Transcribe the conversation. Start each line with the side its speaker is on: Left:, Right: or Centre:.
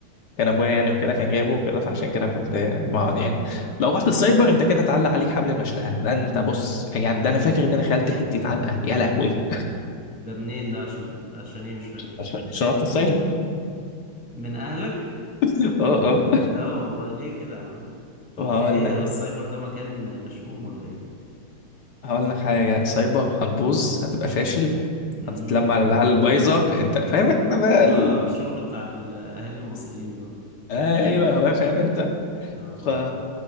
Left: كان ابويا يعني وكده كان جايبه وكده فعشان كده كنت بقعد يعني لو رحت السايبر انت كده اتعلق عليك حبل المشنقه ده انت بص يعني ده انا فاكر ان انا خالتي حته علقه يا لهوي
Centre: ده منين ده عشان عشان ايه مش فاهم
Left: <laughs> عشان عشان رحت السايبر
Centre: من اهلك
Left: اه اه
Centre: لا والله ليه كده يا عم هو
Left: وهقول
Centre: في ايه
Left: لك
Centre: هو السايبر ده مكان مشؤوم ولا ايه
Left: هقول لك حاجه سايبر هتبوظ هتبقى فاشل
Centre: امم
Left: هتتلم على العيال البايظه انت فاهم انت بقى
Centre: اه
Left: ال...
Centre: الشغل بتاع الاهالي المصريين دول
Left: ايوه هو فاهم انت
Centre: اه طبعا
Left: ف...